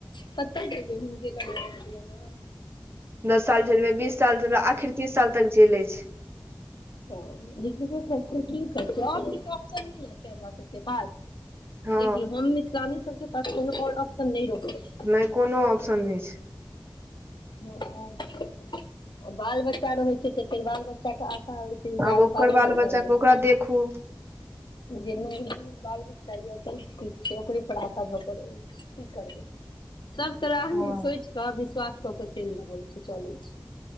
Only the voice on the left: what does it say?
कत जेबे उनके लग रहलय न।
ओ जेब करतै की करतै आओर किछु ऑप्शन नहि ने छै हमरा सबके पास
देखियौ हम मिथिलानी सबके पास कोनो आओर ऑप्शन नहि रहइ छे।
ह <unintelligible> बाल बच्चा रहै छै तऽ फेर बाल बच्चा के
जा
<unintelligible> बालो
बच्चा इ
ए
जेने बाल बच्चा य चल ठीक छै ओकरे पढ़ाशा ध करो की करबै। सब तरह आदमी
सोचि कऽ विश्वास कऽ के चलि रहल छै चलइ छै।